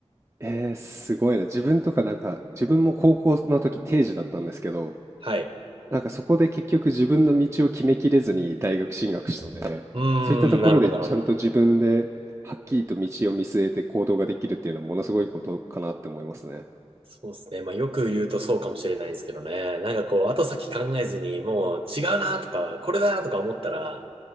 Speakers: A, on the right (about 25°); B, on the right (about 50°).
A: えー、すごいな。自分とかなんか、自分も高校の時定時だったんですけど、
B: はい。
A: なんかそこで結局自分の道を決めきれずに大学進学したので、
B: うー
A: そういったところでちゃんと自分ではっきりと道を見据えて行動ができるっていうのはものすごいことかなって思いますね。
B: ん、なるほど、なるほど。そうですね。まあよく言うとそうかもしれないですけどね。なんかこう、後先考えずに、もう違うなとか、これだなとか思ったら、